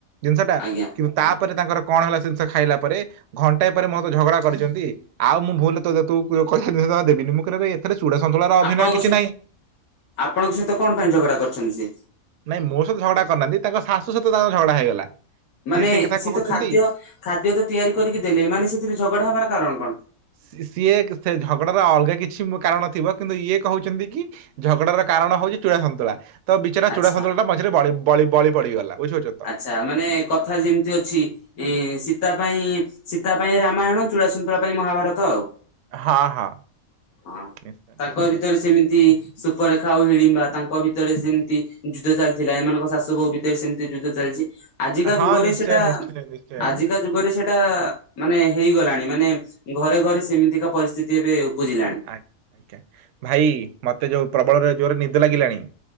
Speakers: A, on the right; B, on the left.
A: ଜିନିଷଟା
B: ଆଜ୍ଞା
A: କି ତାପରେ ତାଙ୍କର କଣ ହେଲା ଜିନିଷ ଖାଇଲା ପରେ ଘଣ୍ଟାଏ ପରେ ମୋସହ ଝଗଡା କରିଚନ୍ତି ଆଉ ମୁଁ ଭୁଲରେ <unintelligible> ଦେବିନି ମୁଁ କହିଲି ଆବେ ସେଥିରେ ଚୁଡ଼ା ସନ୍ତୁଳାର ଅଭିନୟ
B: ଆପଣଙ୍କ
A: କିଛି
B: ସହିତ
A: ନାହିଁ।
B: ଆପଣଙ୍କ ସହିତ କଣ ପାଇଁ ଝଗଡା କରିଛନ୍ତି ସିଏ?
A: ନାଇଁ ମୋସହିତ ଝଗଡା କରିନାହାନ୍ତି ତାଙ୍କ ଶାଶୁ ସହିତ ତାଙ୍କର ଝଗଡା ହେଇଗଲା।
B: ମାନେ
A: ସିଏ ସେଇ କଥା
B: ସିଏତ
A: କହୁଛନ୍ତି
B: ଖାଦ୍ୟ ଖାଦ୍ୟତ ତିଆରି କରିକି ଦେଲେ ଏମାନେ ସେଥିରେ ଝଗଡ଼ା ହବାର କାରଣ କଣ?
A: ସି ସିଏ ସେ ଝଗଡ଼ାର ଅଲଗା କିଛି କାରଣ ଥିବ କିନ୍ତୁ ଇଏ କହୁଛନ୍ତି କି ଝଗଡ଼ାର କାରଣ ହଉଛି ଚୂଡ଼ା ସନ୍ତୁଳା ତବିଚରା
B: ଆଚ୍ଛା
A: ଚୂଡ଼ା ସନ୍ତୁଳାଟା ମଝିରେ ବଳି ବଳି ପଡ଼ିଗଲା ବୁଝିପାରୁଚନ୍ତି।
B: ଆଚ୍ଛା ମାନେ କଥାରେ ଯେମିତି ଅଛି ଇ ସୀତା ପାଇଁ ସୀତା ପାଇଁ ରାମାୟଣ ଚୂଡ଼ା ସନ୍ତୁଳା ପାଇଁ ମହାଭାରତ ଆଉ।
A: ହଁ ହଁ।
B: ହଁ
A: ନିଶ୍ଚୟ
B: ତାଙ୍କ
A: ନିଶ୍ଚୟ
B: ଭିତରେ ସେମିତି ସୁପରେଖା ଆଉ ହିଡିମ୍ବା ତାଙ୍କ ଭିତରେ ସେମିତି ଯୁଦ୍ଧ ଚାଲିଥିଲା ଏମାନଙ୍କ ଶାଶୁ ବୋହୂ ଭିତରେ ସେମିତି ଯୁଦ୍ଧ ଚାଲିଚି ଆଜିକା
A: ହଁ
B: ଯୁଗରେ
A: ନିଶ୍ଚୟ
B: ସେଟା
A: ନିଶ୍ଚୟ ନିଶ୍ଚୟ
B: ଆଜି କା ଯୁଗରେ ସେଟା ମାନେ ହେଇଗଲାଣି ମାନେ ଘରେ ଘରେ ସେମିତିକା ପରିସ୍ଥିତି ଏବେ ବୁଝିଲାଣି।
A: ଆ ଆଜ୍ଞା ଭାଇ ମତେ ଯୋଉ ପ୍ରବଳରେ ଜୋରେ ନିଦ ଲାଗିଲାଣି।